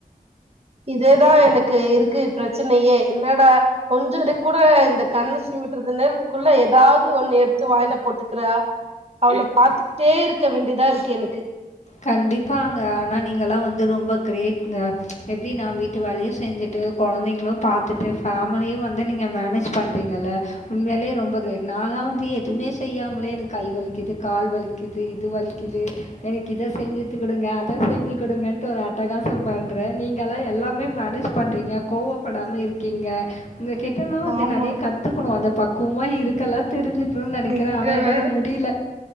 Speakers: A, on the right (about 45°); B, on the left (about 50°).
A: இதேதா எனக்கு இருக்கு பிரச்சனையே என்னடா கொஞ்சது கூட இந்த கண்ணு சீமிட் றது நேரத்துக்குள்ள ஏதாவது ஒண்ணு எடுத்து வாயில போட்டுக்குற அவள பாத்துக்கிட்டே இருக்க வேண்டியதா இருக்கு எனக்கு
B: கண்டிப்பங்க ஆனா நீங்களா வந்து ரொம்ப கிரேட்ங்க எப்டினா வீட் ட்டு வேலையு செஞ்சுட்டு கொழந்தைங்களு பாத்துட்டு ஃபேமிலியு வந்து நீங்க மேனேஜ் பண்றீங்கல்ல உண்மையிலயே ரொம்ப கிரேட் நானா வந்து எதுவுமே செய்யாமலே எனக்கு கை வலிக்கிது கால் வலிக்கித் து இது வலிக்கிது எனக் கித செஞ்சு குடுங்க அத செஞ்சு குடுங்கன்ட்டு ஒரு அட்டகாசோ பண்றே நீங்கள்லா எல்லாமே மேனேஜ் பண்றீங்க கோவப்படாம இருக்கீங்க உங்க கிட்டல்லா வந்து
A: ஆமா
B: நறைய கத்துக்கணு அந்த பக்குவமா இருக்கலா தெரிஞ்சுக்கணுன் நெனைக்கிறே
A: நீங்க
B: ஆனா என்னால
A: வேற
B: முடியில